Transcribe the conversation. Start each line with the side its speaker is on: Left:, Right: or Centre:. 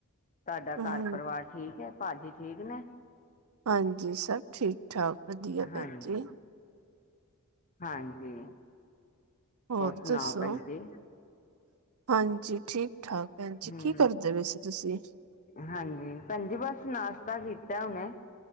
Left: ਤੁਹਾਡਾ
Right: ਹ
Left: ਘਰ ਪਰਿਵਾਰ ਠੀਕ ਆ ਭਾਜੀ ਠੀਕ ਨੇ
Right: ਹਾਂਜੀ, ਸਭ ਠੀਕ-ਠਾਕ ਵਧੀਆ ਭੈਣ
Left: ਹਾਂਜੀ
Right: ਜੀ।
Left: ਹਾਂਜੀ।
Right: ਹੋਰ
Left: ਸੁਣਾਓ
Right: ਦੱਸੋ
Left: ਭੈਣ ਜੀ
Right: ਹਾਂਜੀ, ਠੀਕ ਠਾਕ ਭੈਣਜੀ
Left: ਹਮ
Right: ਕੀ ਕਰਦੇ ਪਏ ਸੀ ਤੁਸੀਂ
Left: ਹਾਂਜੀ, ਭੈਣ ਜੀ ਬੱਸ ਨਾਸ਼ਤਾ ਕੀਤਾ ਹੁਨੇ।